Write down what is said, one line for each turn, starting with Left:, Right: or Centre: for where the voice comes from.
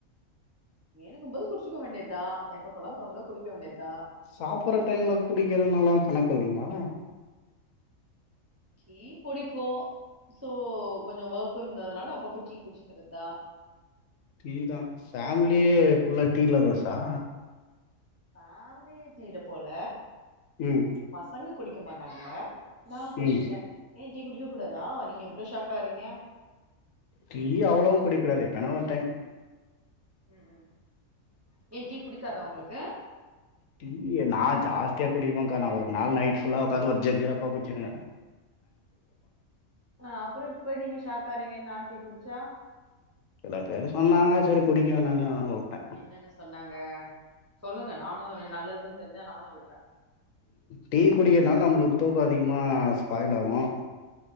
Right: வேணுங்கும் போது குடிச்சிக்க வேண்டியதுதா எப்பெப்லா தோணுதோ குடிக்க வேண்டியதுதா
Left: சாப்ட்ற டைம்ல குடிக்கிறதுனால கணக்கு இல்லைங்களா
Right: டீ பிடிக்கு சோ கொஞ்சோ ஒர்க் இருந்ததுனால அப்பப்ப டீ குடிச்சிக்கிறது தா
Left: டீ தா ஃபேமிலியே
Right: தோச
Left: ஃபுல்லா
Right: ஊத்தலா
Left: டீ லவ்வர்சா
Right: ஃபேமிலியே டீ ல போல
Left: ம்
Right: பசங்க குடிக்க மாட்டாங்க நா குடிச்ட்டே
Left: ம்
Right: ஏ டீ குடிக்க கூடாதா நீங்க இவ்ளோ ஷாக் சரிங்க
Left: டீ அவ்ளவு குடிக்க கூடாது எப்பனா ஒரு டைம்
Right: ம் ம் எ டீ புடிக்காதா உங்களுக்கு
Left: டீ நா ஜாஸ்தியா குடிப்ப கா நா ஒரு நாள் நைட்ஃபுல்லா உக்காந்து ஒரு ஜக்கு ரேப்ப குடிச்சுனுக்ற
Right: ஆ அப்புறோ இப்போ நீங்க ஷாக் ஆறீங்க நா டீ குடிச்சா
Left: சில பேரு சொன்னாங்க சேரி குடிக்க வேணானு உட்ட
Right: என்னன்னு சொன்னாங்க சொல்லுங்க நானு நல்லதுன்னு தெரிஞ்சா நானு விட்ற
Left: டீ குடிக்கறனால நம்மளுக்கு தூக்கோ அதிகமாக ஸ்பாயில் ஆகு